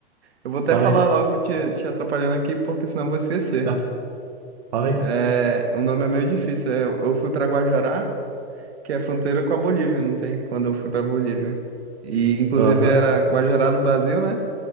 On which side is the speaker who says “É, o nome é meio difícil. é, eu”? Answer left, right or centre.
Right